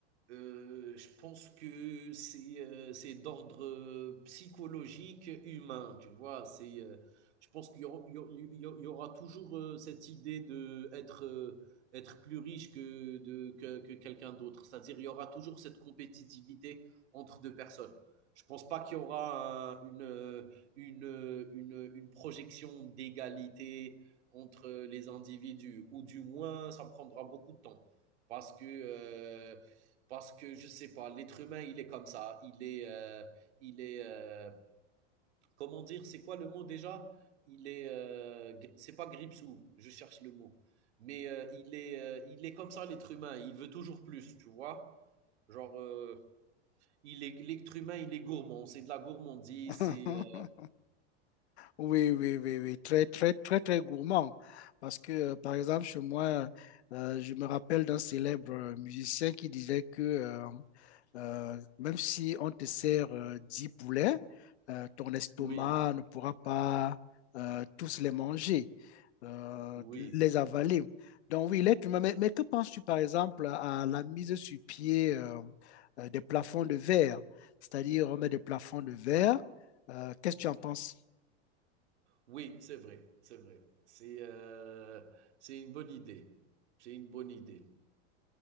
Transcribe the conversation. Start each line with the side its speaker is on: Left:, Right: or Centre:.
Right: heu, je pense que c'est, heu, c'est d'ordre, heu, psychologique, humain, tu vois? C'est, heu, je pense qu'il y aura il y au il y au il y aura toujours, heu, cette idée d'être, heu, être plus riche que de que que quelqu'un d'autre. C'est-à-dire, il y aura toujours cette compétitivité entre 2 personnes. Je pense pas qu'il y aura un une, heu, une, heu, une, une projection d'égalité entre les individus ou du moins ça prendra beaucoup de temps. Parce que, euh, parce que je ne sais pas, l'être humain, il est comme ça. Il est, euh, il est, euh, comment dire, c'est quoi le mot déjà? Il est, euh, c'est pas gripsou, je cherche le mot. Mais euh, il est, euh, il est comme ça, l'être humain. Il veut toujours plus, tu vois? Genre, euh, il est, l'être humain, il est gourmand. C'est de la gourmandise.
Left: <laughs>
Right: C'est, euh,
Left: Oui, oui, oui, oui, très, très, très, très gourmand. Parce que, euh, par exemple, chez moi, euh, je me rappelle d'un célèbre euh, musicien qui disait que euh, euh, même si on te sert euh, 10 poulets, euh, ton estomac
Right: oui,
Left: ne pourra pas euh, tous les manger, euh,
Right: oui,
Left: les avaler. Donc oui, l'être humain, mais, mais que penses-tu par exemple à la mise sur pied euh, euh, des plafonds de verre? C'est-à-dire on met des plafonds de verre. Euh, qu'est-ce que tu en penses?
Right: oui, c'est vrai, c'est vrai. C'est, euh, c'est une bonne idée. C'est une bonne idée.